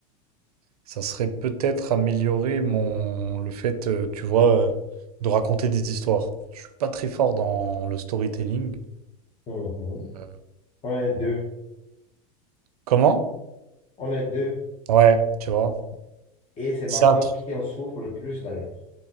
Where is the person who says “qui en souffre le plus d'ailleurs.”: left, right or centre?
Left